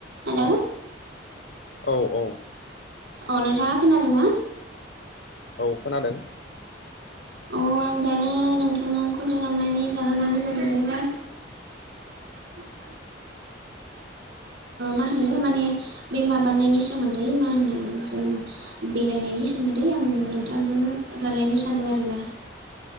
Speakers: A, on the right; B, on the left.
A: हेल'?
B: औ औ।
A: औ नोंथाङा खोनादों ना?
B: औ खोनादों।
A: औ आं दानो नोंथांनो कल खालामनायनि जाहोनानोादाहैबाय आ मा होनो माने बे माबानायनि सोमोन्दै मा होनो जों बेरायनायनि सोमोन्दै आं नोंथांजों रायलायनो सानदों आरोना।